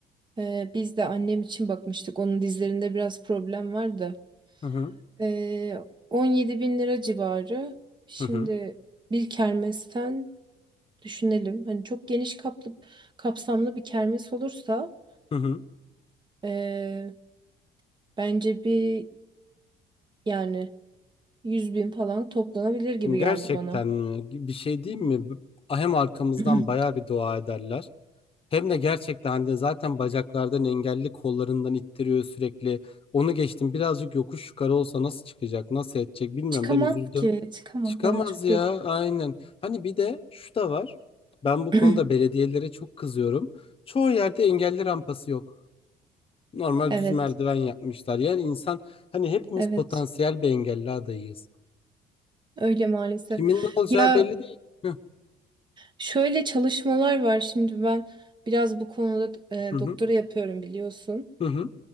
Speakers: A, on the right (about 25°); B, on the left (about 35°).
A: e, biz de annem için bakmıştık. Onun dizlerinde biraz problem var da.
B: Hı hı.
A: E, 17 bin lira civarı. Şimdi
B: Hı hı.
A: bir kermesten Düşünelim. Hani çok geniş kaplı, kapsamlı bir kermes olursa
B: Hı hı.
A: eee, bence bir yani 100 bin falan toplanabilir gibi
B: Gerçekten
A: geldi bana.
B: mi? Bir şey diyeyim mi? B- Hem arkamızdan
A: <clears throat>
B: bayağı bir dua ederler. Hem de gerçekten hani zaten bacaklardan engelli kollarından ittiriyor sürekli. Onu geçtim birazcık yokuş yukarı olsa nasıl çıkacak nasıl edecek bilmiyorum
A: Çıkamaz
B: ben üzüldüm.
A: ki. Çıkamaz.
B: Çıkamaz
A: Evet, çok
B: ya
A: yazık.
B: aynen. Hani bir de şu da var. Ben bu
A: <clears throat>
B: konuda belediyelere çok kızıyorum. Çoğu yerde engelli rampası yok. Normal
A: Evet.
B: düz merdiven yapmışlar. Yani insan hani hepimiz
A: Evet.
B: potansiyel bir engelli adayıyız.
A: Öyle maalesef.
B: Kimin ne olacağı
A: Ya
B: belli değil. Hı
A: şöyle çalışmalar var. Şimdi ben biraz bu konuda e,
B: hı
A: doktora yapıyorum biliyorsun.
B: hı hı